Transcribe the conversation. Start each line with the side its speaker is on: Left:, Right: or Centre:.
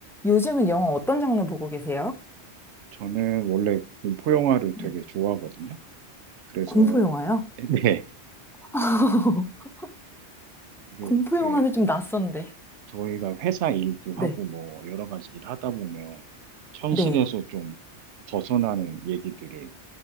Centre: 요즘은 영화 어떤 장르 보고 계세요?
Right: 저는 원래 공포 영화를
Centre: 네.
Right: 되게 좋아하거든요. 그래서
Centre: 공포 영화요?
Right: <laughs> 네,
Centre: <laughs>
Right: 이게
Centre: 공포 영화는
Right: 네,
Centre: 좀 낯선데.
Right: 저희가 회사 일도
Centre: 네.
Right: 하고 뭐 여러 가지 일 하다 보면 현실에서
Centre: 네.
Right: 좀 벗어나는 얘기들을